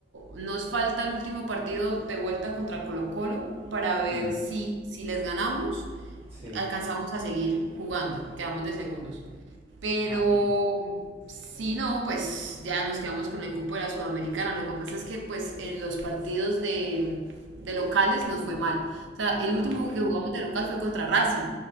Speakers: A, on the right (about 80°); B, on the right (about 30°).
A: nos falta el último partido de vuelta contra Colo-Colo para ver
B: Mm,
A: si, si les ganamos,
B: sí.
A: alcanzamos a seguir jugando, quedamos de segundos. Pero
B: Ah, bien.
A: si no, pues ya nos quedamos con el cupo de la Sudamericana. Lo que pasa es que pues en los partidos de, de locales nos fue mal. O sea, el
B: Ah,
A: último
B: ok.
A: que jugamos de local fue contra Racing